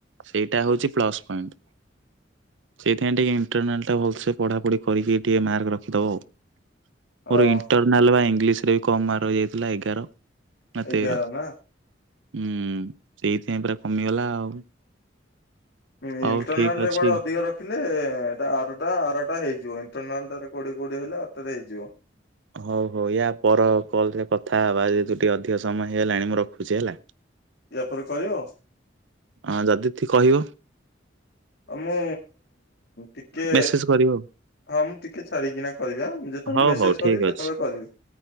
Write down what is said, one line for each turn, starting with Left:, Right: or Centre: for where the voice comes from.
Right: ସେଇଟା ହଉଛି ପ୍ଲସ ପଏଣ୍ଟ। ସେଇଥିାଇଁ ଟିକେ ଇଣ୍ଟରନାଲଟା ଭଲସେ ପଢ଼ାପଢି କରିକି ଟିକେ ମାର୍କ ରଖିଦବ ଆଉ। ମୋର
Left: ହଁ
Right: ଇଣ୍ଟରନାଲ ବା ଇଂଙ୍ଗିଲିଶ ରେ ବି କମ ମାରର୍କ ରହି ଯାଇଥିଲା ଏଗାର। ନା ତେର
Left: ଏଗାର ନା।
Right: ହୁଁ ସେଇଥିପାଇଁ ପୁରା କମିଗଲା ଆଉ।
Left: ହିଁ
Right: ହଉ
Left: ଇଣ୍ଟରନାଲ
Right: ଠିକ
Left: ଟା
Right: ଅଛି।
Left: କୁଆଡେ ଅଧିକ ରଖିଲେ ଏଟା ଆରଟା ଆରଟା ହେଇଯିବ ଇଣ୍ଟରନାଲ ରେ କୋଡିଏ କୋଡିଏ ହେଲେ ଆରଟାରେ ହେଇଯିବ।
Right: ହଉ ହଉ ୟା ପର କଲରେ କଥା ହେବା ଯେହେତୁ ଟିକେ ଅଧିକ ସମୟ ହେଇଗଲାଣି ମୁଁ ରଖୁଛି ହେଲା।
Left: ୟା ପରେରେ କରିବ?
Right: ହଁ ଯଦି କହିବ?
Left: ଆ ମୁଁ ଟିକେ
Right: ମେସେଜ କରିବ
Left: ହଁ ମୁଁ ଟିକେ ଛାଡିକିନା କରିବିଆ ମୁ ଯେତେବେଳେ
Right: ହଉ
Left: ମେସେଜ
Right: ହଉ ଠିକ
Left: କରିବି ସେତେବେଳେ
Right: ଅଛି।
Left: କରିବି।